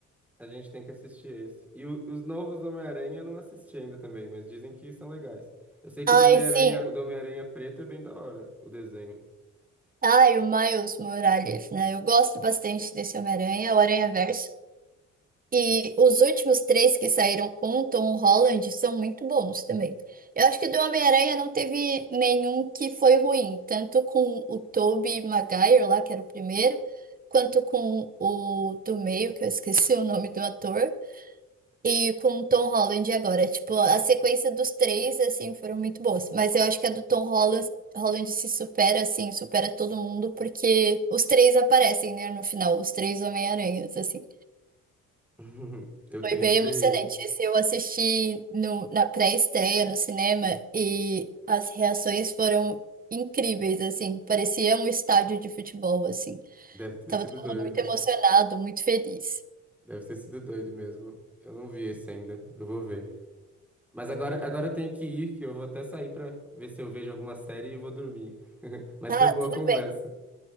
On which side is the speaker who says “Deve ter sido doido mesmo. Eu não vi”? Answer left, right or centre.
Centre